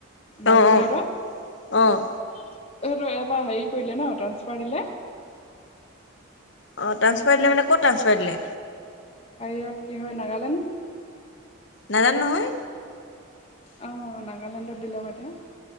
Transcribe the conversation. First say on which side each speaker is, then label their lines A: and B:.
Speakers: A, on the left (about 30°); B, on the left (about 60°).
A: মাজু
B: অ'
A: বিদত
B: অ' অ'
A: সটো এ হেৰি কৰিলে ন ট্ৰানসফাৰ দিলে।
B: অ, তানচপাৰ দিলে বোলে ক'ত তানচপাৰ দিলে।
A: বাহিৰত কি হয়, নাগালেণ্ড।
B: নাজান নহয়।
A: অ, নাগালেণ্ডত <unintelligible>